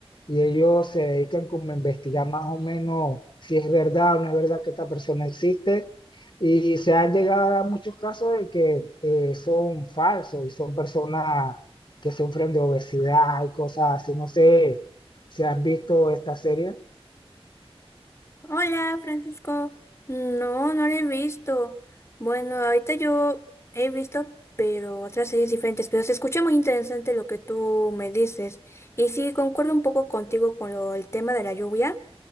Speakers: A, on the left; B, on the left.
A: y ellos se dedican como a investigar más o menos si es verdad o no es verdad que esta persona existe. Y se han llegado a dar muchos casos de que eh, son falsos y son personas que sufren de obesidad y cosas así. No sé si has visto esta serie.
B: Hola, Francisco. No, no la he visto. Bueno, ahorita yo he visto, pero otras series diferentes, pero se escucha muy interesante lo que tú me dices. Y sí, concuerdo un poco contigo con lo, el tema de la lluvia.